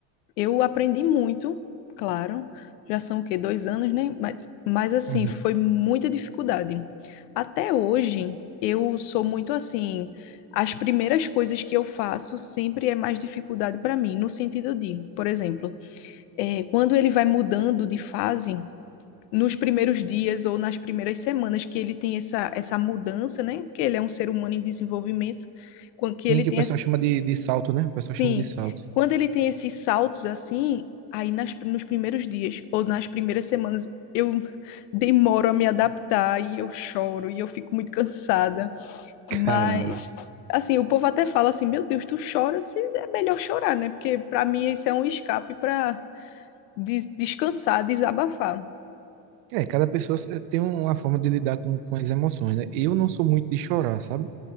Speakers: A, on the left (about 90°); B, on the right (about 80°).
A: eu aprendi muito, claro. Já são o quê? Dois anos, né? Mas, mas assim,
B: Uhum.
A: foi muita dificuldade. Até hoje, eu sou muito assim. As primeiras coisas que eu faço sempre é mais dificuldade para mim, no sentido de, por exemplo, eh, quando ele vai mudando de fase, nos primeiros dias ou nas primeiras semanas que ele tem essa, essa mudança, né? Porque ele é um ser humano em desenvolvimento com que
B: Sim,
A: ele
B: que
A: tenha
B: o pessoal chama de, de salto, né? O pessoal
A: Sim,
B: chama de salto.
A: quando ele tem esses saltos assim, aí nas, nos primeiros dias ou nas primeiras semanas eu <laughs> demoro a me adaptar e eu choro e eu fico muito cansada.
B: Caramba.
A: Mas, assim, o povo até fala assim: Meu Deus, tu chora? Eu disse, é melhor chorar, né? Porque pra mim isso é um escape pra des- descansar, desabafar.
B: É, cada pessoa se- tem uma forma de lidar com, com as emoções, né? Eu não sou muito de chorar, sabe?